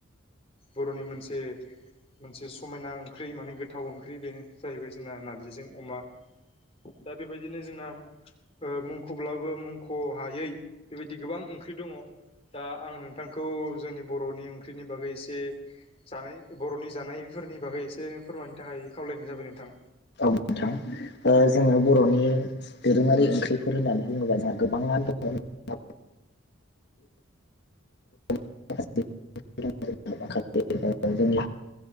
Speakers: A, on the left; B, on the left.
A: बर'नि मोनसे मोनसे समायना ओंख्रि माने गोथाव ओंख्रि बेनो जाहैबाय जोंना नारजिजों अमा। दा बेबायदिनो जोंना ओ मुंख'ब्लाबो मुंख' हायै बेबायदि गोबां ओंख्रि दङ। दा आं नोंथांखौ जोंनि बर'नि ओंख्रिनि बागै एसे जानाय बर'नि जानाय फोरनि बागै एसे फोरमायनो थाखाय खावलायनाय जाबाय नोंथां।
B: औ नोंथां ओ जोंङो बर'नि दोरोङारि ओंख्रिफोर होननानै बुङोबा जोंहा गोबां <inaudible> <unintelligible> बर'